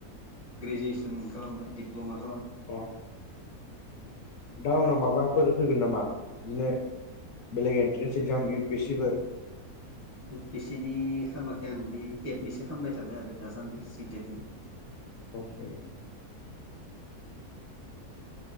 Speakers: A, on the right (about 20°); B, on the left (about 70°).
A: ग्रेजुवेसन खालामबाय दिडप्ल'मा
B: अ दा उनाव माबाफोर होगोन नामा बिदिनो बेलेग entrance exam U P S C फोर
A: बेसेनि खालामाखै आं बे टेटनिसो ख खालामबाय थादों आरो दासान्दि सि टेटनि
B: फौजे